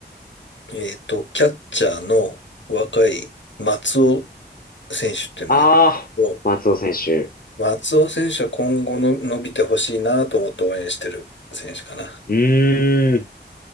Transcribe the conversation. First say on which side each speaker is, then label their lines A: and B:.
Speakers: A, on the left (about 85°); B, on the left (about 50°).
A: えっと、キャッチャーの若い松尾選手っていうのがいるんですけど、
B: ああ、松尾選手。
A: 松尾選手は今後の伸びてほしいなと思って応援してる選手かな。
B: うーん、